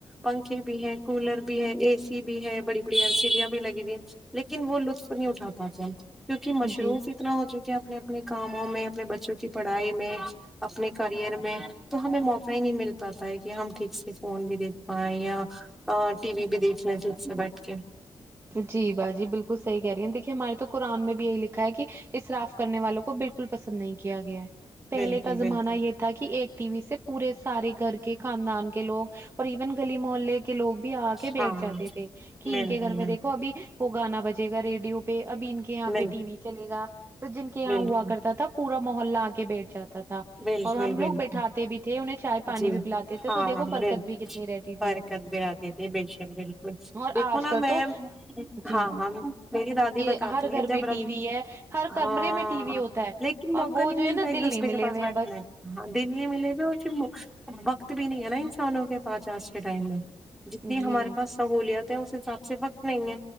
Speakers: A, in the centre; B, on the right.
A: پنکھے بھی ہے کولر بھی ہے اے سی بھی ہے بڑی بڑی ایل سیڈیاں بھی لگی ہوئی ہیں لیکن وہ لطف نہیں اٹھا پاتے ہم کیونکہ مشروف
B: جی
A: اتنا ہو چکے اپنے اپنے کاموں میں اپنے بچوں کی پڑھائی میں اپنے کرئر میں تو ہمیں موقع ہی نہیں مل تا ہے کہ ہم ٹھیک سے فون بھی دیکھ پائیں یا ا ٹی وی بھی دیکھ لیں پھر سے بیٹھ کے
B: جی با جی بالکل صحیح کہہ رہی ہیں دیکھیے ہمارے تو قرآن میں بھی یہی لکھا ہے کہ اسراف کرنے والوں کو بالکل پسند نہیں کیا گیا ہے پہلے
A: بالکل
B: کا
A: بالکل
B: زمانہ یہ تھا کہ ایک ٹی وی سے پورے سارے گھر کے خاندان کے لوگ اور ایون گلی محلے کے لوگ بھی آ کے بیٹھ
A: ہاں
B: جاتے تھے کہ ان
A: بالکل
B: کے گھر میں دیکھ ابھی وہ گانا بجے گا ریڈیو پہ ابھی ان کے
A: بالکل
B: یہاں پہ ٹی وی چلے گا تو جن کے یہاں
A: بالکل
B: ہوا کرتا
A: بالکل
B: تھا پورا محلہ آ کے بیٹھ جاتا تھا
A: بالکل
B: اور ہم لوگ
A: بالکل
B: بیٹھاتے بھی تھے انہیں چائے پانی
A: جی
B: بھی پلاتے تھے
A: ہاں
B: تو دیکھو
A: بال
B: برکت بھی کتنی رہتی
A: برکت
B: تھی
A: بھی آتی تھی بے شک بالکل
B: اور
A: دیکھو
B: آج
A: نا
B: کل
A: میم
B: تو جی
A: ہاں بھابی میری دادی
B: یہ
A: بتاتی
B: ہر گھر
A: ہیں جب
B: میں
A: ر
B: ٹی وی ہے ہر کمرے
A: ہاں
B: میں ٹی وی ہوتا ہے
A: لی کن موقع
B: اور وہ
A: نہیں
B: جو
A: ملتا
B: نا
A: ہے ایک
B: دل
A: دوسرے
B: نہیں
A: کے
B: ملے
A: پاس
B: ہوئے
A: بیٹھنے
B: ہیں بس
A: میں ہاں دن نہیں ملے گا اور پھر وقت بھی نہیں ہے نا انسانوں کے پاس آج کے ٹائم میں جتنی
B: جی
A: ہمارے پاس سہوولت ہے اس حساب سے وقت نہیں ہے